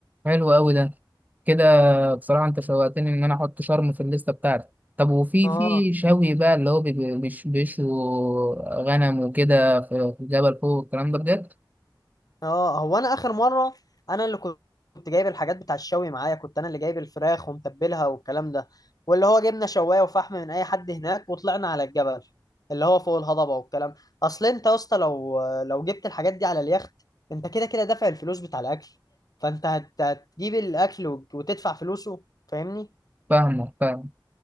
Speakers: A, on the right; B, on the left.
A: حلو قوي ده كده بصراحة انت شوقتني ان انا احط شرم في الليستة بتاعتي طب وفي
B: اه
A: في شوي بقى اللي هو بيبي- بيش- بيشوا غنم وكده في في الجبل فوق والكلام ده بجد
B: اه هو انا اخر مره انا اللي كنت جايب الحاجات بتاع الشوي معايا كنت انا اللي جايب الفراخ ومتبلها والكلام ده واللي هو جبنا شوايه وفحم من اي حد هناك وطلعنا على الجبل اللي هو فوق الهضبه والكلام اصل انت يا اسطى لو لو جبت الحاجات دي على اليخت انت كده كده دافع الفلوس بتاع الاكل فانت هت- هتجيب الاكل وت- وتدفع فلوسه فاهمني
A: فاهمه فاهم